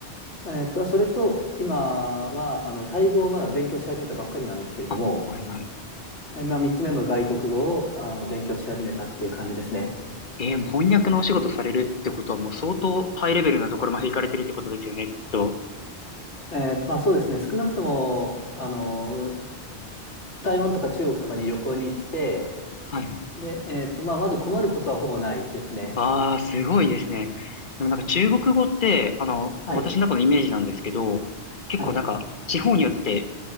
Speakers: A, on the left (about 80°); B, on the left (about 45°).
A: あ、えーと、それと、今は、あの、タイ語をまだ勉強し始めたばっかりなんですけれども、
B: あ、はいはい。
A: 今3つ目の外国語をあの勉強し始めたっていう感じですね。
B: えーもう翻訳のお仕事されるってことはもう相当ハイレベルなところまで行かれてるってことですよね、きっと。
A: えーまあそうですね、少なくとも、あの、
B: うん
A: 台湾とか中国とかに旅行に行って、
B: はいはい。
A: で、えーと、まあまず困ることはほぼないですね。
B: ああ、すごいですね。でもなんか中国語って、あの、
A: はい、
B: 私の中のイメージなんですけど、結構なんか地方によって
A: はい、